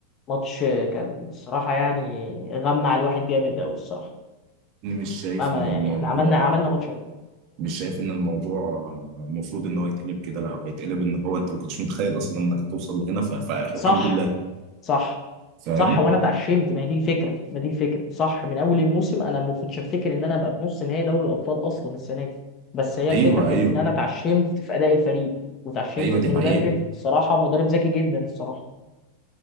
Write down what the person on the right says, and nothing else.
أنا مش شايف
ان الموضوع
مش شايف ان الموضوع المفروض ان هو يتقلب كده لا هو يتقلب ان هو انت ما كنتش متخيل اصلا انك هتوصل لهنا ف... فالحمد
لله
فاهم
ايوه
ايوه
ايوه
دي حقيقه